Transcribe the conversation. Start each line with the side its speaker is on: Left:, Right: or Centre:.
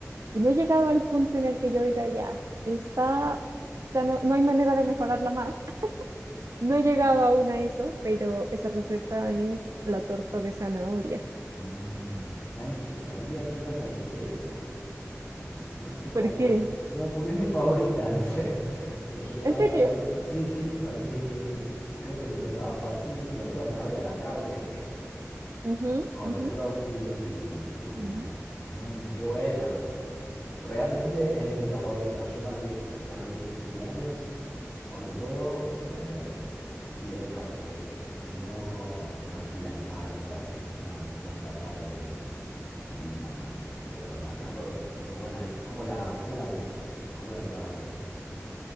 Right: y no he llegado al punto en el que yo diga ya, está, ya no, no hay manera de mejorarla más. No he llegado aún a eso, pero esa receta es la torta de zanahoria.
Left: Mm, ¿sabes qué? Sabía que ibas a decir eso. No sé, no sé cómo.
Right: ¿Por qué?
Left: No, porque es mi favorita, <laughs> no sé. Dije,
Right: ¿En
Left: "Va,
Right: serio?
Left: a ver. Sí, sí, es mi. Creo que mi torta. O sea, sí, sí, la torta de zanahoria, la carrot cake
Right: Ujú,
Left: con
Right: ujú,
Left: el frosting y bueno,
Right: ujú.
Left: mmm, qué buena. Realmente es mi torta favorita. Yo para mis, para mis cumpleaños, cuando puedo, eh, pido carrot cake. Y si no, una key lime pie por ahí. Una, una tarta de, de lima, ¿no? Pero la carrot, muy buena. ¿Y ¿Cómo la, cómo la haces? ¿Cómo la preparas vos?